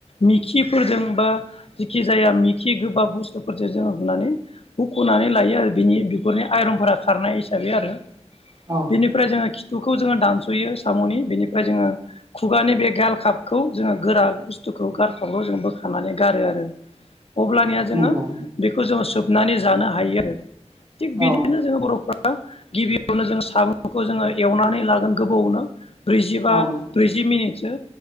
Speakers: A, on the left (about 60°); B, on the right (about 35°).
A: मिखिफोरजों बा जिखि जाया मिखि गोबाब बुस्थुफोरजों जोङो हुनानै हखनानै लायो आरो बिनि बेफोरनि आइरनफोरा खारनाय हिसाबै आरो
B: औ
A: बेनिफ्राय जोङो खिथुखौ जोङो दानस'यो साम'नि बेनिफ्राय जोङो खुगानि बे गाल खापखौ जोङो गोरा बस स्थुखौ गारखाबखौ जों बोखानानै गारो आरो अब्लानिया जोङो
B: नंगौ
A: खौ जोङो सोबनानै जानो हायो आरो थिग बिदिनो
B: औ
A: जोङो बर'फ्रा गिबियावनो जोङो साबुंखौ जोङो एवनानै लागोन गोबावनो ब्रैजिबा
B: औ
A: ब्रैजि जि मिनिटसो